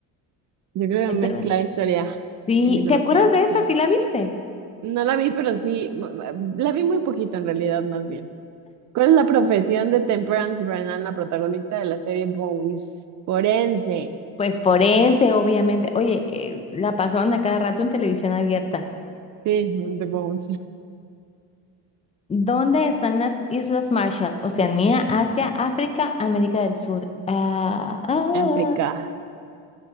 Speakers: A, on the right (about 45°); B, on the left (about 15°).
A: Yo creo
B: Es
A: que mezcla
B: de aven-
A: historia
B: Sí,
A: y mitología,
B: ¿te acuerdas de esa?
A: sí.
B: ¿Sí la viste?
A: No la vi, pero sí, m- m- la vi muy poquito en realidad, más bien. ¿Cuál es la profesión de Temperance Brennan, la protagonista de la serie Bones? Forense.
B: Pues forense, obviamente. Oye, eh, la pasaban a cada rato en televisión abierta.
A: Sí, de Bones.
B: ¿Dónde están las Islas Marshall? Oceanía, Asia, África, América del Sur. Ah, ah,
A: <laughs> África.